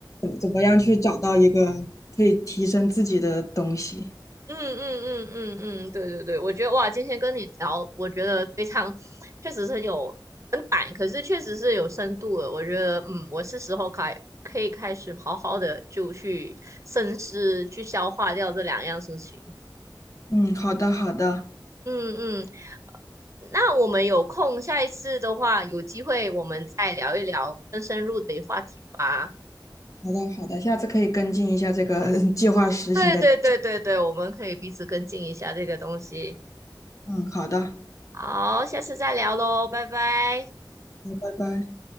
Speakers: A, on the left; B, on the right.
A: 怎么样去找到一个可以提升自己的东西。
B: 嗯嗯嗯嗯嗯，对对对，我觉得哇，今天跟你聊，我觉得非常，确实是很有很板，可是确实是有深度的。我觉得，嗯，我是时候开可以开始好好的就去深思，去消化掉这两样事情。
A: 嗯，好的，好的，好
B: 嗯嗯，那我们有空，下一次的话，有机会我们再聊一聊更深入的话题吧。
A: 的，好的，下次可以跟进一下这个 <laughs> 计划实行的进
B: 对对对对对，我们可以彼此跟进一下这个东西。
A: 嗯，好的，
B: 好，下次再聊喽，拜拜。
A: 那拜拜。